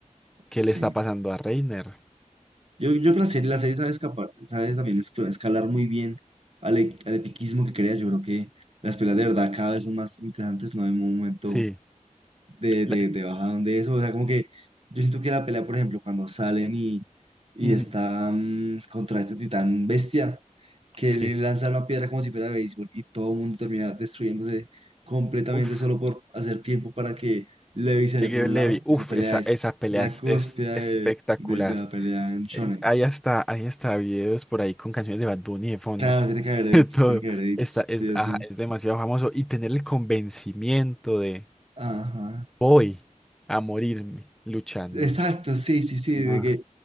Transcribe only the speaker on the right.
sí.
Yo, yo creo que la serie, la serie sabe, escapar, sabe también es- escalar muy bien al, e- al epiquismo que crea. Yo creo que las peleas
de verdad cada vez son más interesantes, no hay un momento
de,
de, de bajadón de eso. O sea, como que yo siento que la pelea, por ejemplo, cuando salen y, y
están contra este titán bestia, que
le lanza una piedra como si fuera de béisbol y todo el mundo termina destruyéndose completamente
solo por hacer tiempo para que Levi se vaya
por un
lado.
Esa pelea
es
la
cúspide
de, de de la pelea en Shonen.
Claro, tiene
que haber edits,
tiene que haber edits,
sí o
sí.
Ajá.
Exacto, sí, sí, sí,
de que